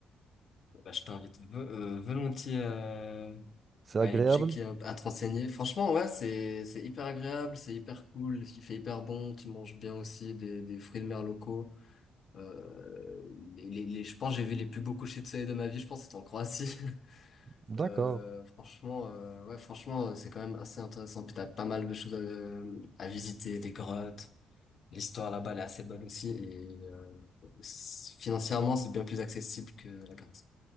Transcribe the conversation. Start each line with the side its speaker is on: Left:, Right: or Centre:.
Left: Bah, je t'invite ve- euh, volontiers. euh,
Right: C'est
Left: à
Right: agréable?
Left: aller checker, un à te renseigner. Franchement, ouais, c'est c'est hyper agréable, c'est hyper cool, il fait hyper bon, tu manges bien aussi des, des fruits de mer locaux. Euh, les, les, les- je pense que j'ai vu les plus beaux couchers de soleil de ma vie, je pense que c'était en Croatie. <laughs>
Right: D'accord.
Left: Euh, franchement, euh, ouais, franchement, euh, c'est quand même assez intéressant. Puis t'as pas mal de choses à, à visiter, des grottes. L'histoire là-bas, elle est assez bonne aussi. Et euh, c- financièrement, c'est bien plus accessible que la Grèce.